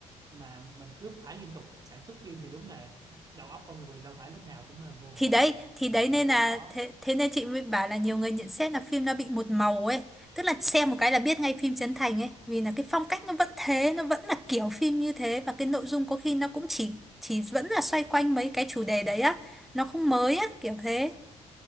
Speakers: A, on the right (about 30°); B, in the centre.
A: mà mình cứ phải liên tục sản xuất phim thì đúng là đầu óc con người đâu phải lúc nào cũng mà vô hạn
B: Thì đấy,
A: đâu
B: thì
A: nên
B: đấy
A: là em
B: nên
A: nghĩ là
B: là
A: khó
B: thế, thế nên chị mới bảo là nhiều người nhận xét là phim nó bị một màu ấy, tức là xem một cái là biết ngay phim Trấn Thành ấy, vì là cái phong cách nó vẫn thế, nó vẫn là kiểu phim như thế và cái nội dung có khi nó cũng chỉ chỉ vẫn là xoay quanh mấy cái chủ đề đấy á, nó không mới á, kiểu thế.